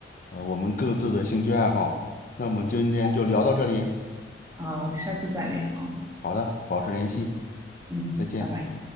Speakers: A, on the left; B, on the right.
A: 呃，我们各自的兴趣爱好。那我们今天就聊到这里。
B: 好，下次再聊啊。
A: 好的，保持联系，
B: 嗯，
A: 再见。
B: 拜拜。